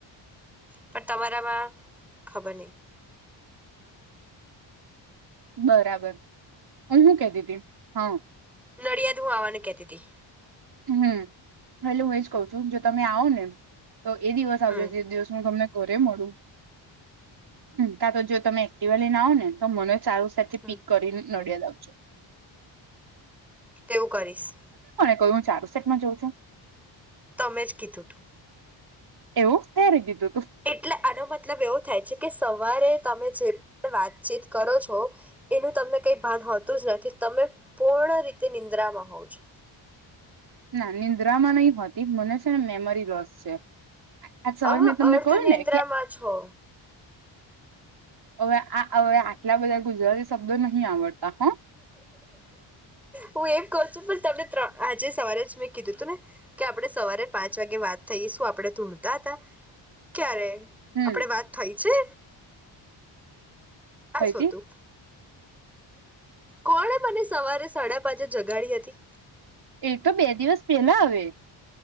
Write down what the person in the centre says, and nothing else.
પણ તમારામાં ખબર નહી.
નડિયાદ હું આવાને કેતી હતી.
હમ
હમ
તેવું કરીશ
તમે જ કીધું તું.
એટલે આનો મતલબ એવો થાય છે કે સવારે તમે જે પણ વાતચીત કરો છો, એનું તમને કઈ ભાન હોતું જ નથી તમે પૂર્ણ રીતે નિંદ્રામાં હોવ છો.
અ
અર્ધ
નિદ્રામાં
છો.
હું એમ કહ છું પણ તમને્ર આજે સવારે મેં કીધું તું ને કે આપણે સવારે પાંચ વાગે વાત થઈએ શું આપણે ધૂળતા હતા ક્યારે
આપડે વાત થઈ છે. આ
શું હતું. કોણે મને સવારે સાડા પાંચે જગાડી હતી?